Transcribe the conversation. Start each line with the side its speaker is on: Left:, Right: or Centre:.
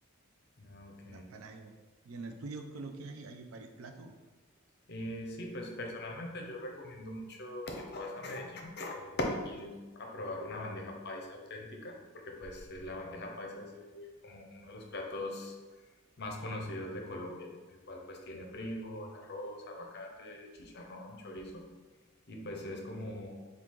Left: Ah, Ok,
Right: la empanada igual. Y en el tuyo, ¿qué es lo que hay? Hay varios platos. ¿no?
Left: Eh, sí, pues personalmente yo recomiendo mucho, si tú vas a Medellín, eh, ir a probar una bandeja paisa auténtica, porque pues eh, la bandeja paisa es eh, como uno de los platos más conocidos de Colombia, el cual pues tiene frijol, arroz, aguacate, chicharrón, chorizo, y pues es como